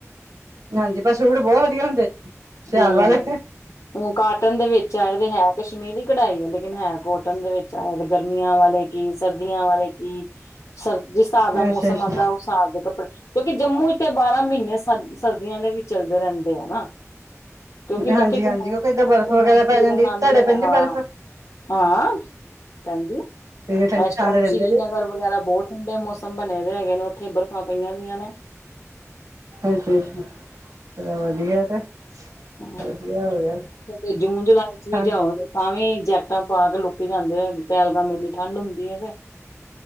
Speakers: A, on the right (about 80°); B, on the left (about 70°).
A: ਹਾਂਜੀ ਪਰ ਸੂਟ ਬਹੁਤ ਵਧੀਆ ਹੁੰਦੇ। ਸਿਆਲ
B: ਹਮ
A: ਵਾਲੇ
B: ਹ ਕਾਟਨ ਦੇ ਵਿੱਚ ਆਏ ਤੇ ਹੈ ਕਸ਼ਮੀਰੀ ਕਢਾਈ ਹੈ ਲੇਕਿਨ ਹੈ ਕੋਟਨ ਦੇ ਵਿੱਚ ਚਾਹੇ ਤੇ ਗਰਮੀਆਂ ਵਾਲੇ ਕੀ ਸਰਦੀਆਂ ਵਾਲੇ ਕੀ ਸਰ ਜਿਸ ਹਾਰ ਦਾ ਮੌਸਮ
A: ਅੱਛਾ ਅੱਛਾ
B: ਆਉਂਦਾ ਉਸ ਸਾਲ ਦੇ ਕੱਪੜੇ ਕਿਉਂਕਿ ਜੰਮੂ ਚ ਤੇ ਬਾਰਾਂ ਮਹੀਨੇ ਸਰਦੀਆਂ ਦੇ ਵੀ ਚੱਲਦੇ ਰਹਿੰਦੇ ਆ ਨਾ ਕਿਉਂਕਿ ਲੋਕੀ
A: ਹਾਂਜੀ
B: ਘੁੰਮਣ
A: ਹਾਂਜੀ ਕਿਉਂਕਿ ਏਦਾਂ ਬਰਫ਼
B: ਘੁੰਮਣ
A: ਵਗੈਰਾ ਪੈ
B: ਫਿਰਨ
A: ਜਾਂਦੀ
B: ਆਉਂਦੇ
A: ਤੁਹਾਡੇ
B: ਨੇ
A: ਪੈਂਦੀ
B: ਹਾਂ
A: ਬਰਫ਼
B: ਹਾਂ ਭਹਦੀ
A: ਤੇ ਠੰਡੀ
B: ਇਸ
A: ਥਾਂ
B: ਟਾਈਮ
A: ਤੇ ਰਹਿੰਦੇ
B: ਸ਼੍ਰੀਨਗਰ
A: ਜੇ
B: ਵਗੈਰਾ ਬਹੁਤ ਠੰਡੇ ਮੌਸਮ ਬਣੇ ਰ ਹੈਗੇ ਨੇ ਉੱਥੇ ਬਰਫ਼ਾਂ ਪਈਆਂ ਦੀਆ ਨੇ
A: ਅੱਛਾ ਅੱਛਾ ਚਲੋ ਵਧੀਆ ਤੇ ਵਧੀਆ
B: ਹ
A: ਹੋ ਗਿਆ
B: ਜੂਨ ਜੁਲਾਈ ਚ ਵੀ
A: ਠੰਡ
B: ਜਾਓ ਤਾਂ ਵੀ ਜੈਕਟਾਂ ਪਾ ਕੇ ਰੱਕੀ ਜਾਂਦੇ ਆ ਪਹਿਲਗਾਮ ਇੰਨੀ ਠੰਢ ਹੁੰਦੀ ਹੈ ਤੇ